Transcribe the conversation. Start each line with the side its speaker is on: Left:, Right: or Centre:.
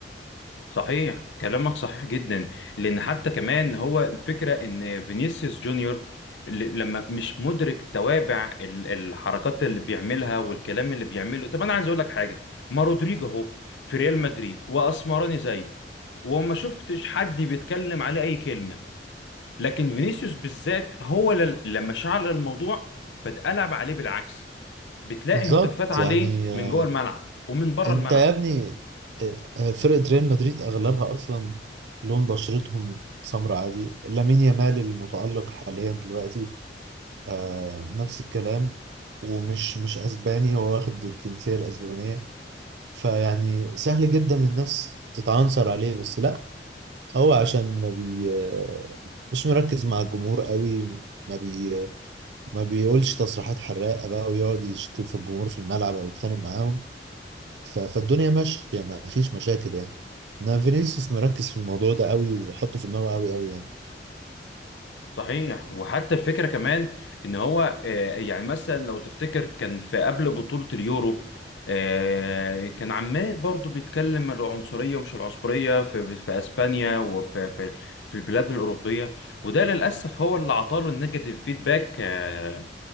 Left: صحيح كلامك صحيح جدا لان حتى كمان هو الفكره ان فينيسيوس جونيور ل- لما مش مدرك توابع ال- الحركات اللي بيعملها والكلام اللي بيعمله طب انا عايز اقول لك حاجه ما رودريجو اهو في ريال مدريد واسمراني زيه وما شفتش حد بيتكلم عليه اي كلمه لكن فينيسيوس بالذات هو ل- لما شعل الموضوع فاتقلب عليه بالعكس بتلاقي
Right: بالظبط
Left: هتافات عليه
Right: يعني
Left: من
Right: آه،
Left: جوه الملعب ومن بره
Right: انت
Left: الملعب
Right: يا ابني آه، فرقة ريال مدريد اغلبها اصلا لون بشرتهم سمراء عادي لامين يامال المتألق حاليا دلوقتي آه نفس الكلام ومش مش اسباني هو واخد الجنسية الاسبانية فيعني سهل جدا الناس تتعنصر عليه بس لا هو عشان ما بي آه، مش مركز مع الجمهور قوي ما بي ما بيقولش تصريحات حراقة بقى ويقعد يشتم في الجمهور في الملعب او يتخانق معاهم ف- فالدنيا ماشية ما فيش مشاكل يعني انا فينيسيوس مركز في الموضوع ده قوي وحطه في دماغه قوي قوي يعني
Left: صحيح وحتى الفكرة كمان ان هو آه، يعني مثلا لو تفتكر كان في قبل بطولة اليورو آه، كان عمال برضو بيتكلم العنصرية ومش العنصرية في, في اسبانيا وفي في, في البلاد الأوروبية وده للأسف هو اللي عطاله النيجاتيف فيدباك آه،